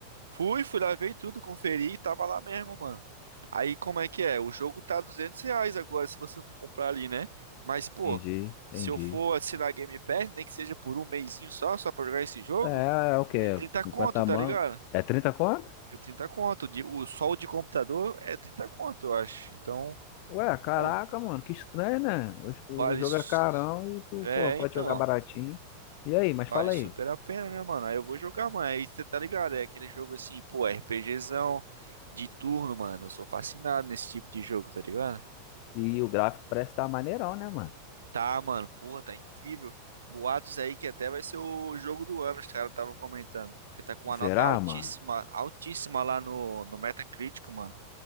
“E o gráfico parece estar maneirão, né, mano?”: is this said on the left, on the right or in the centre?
Left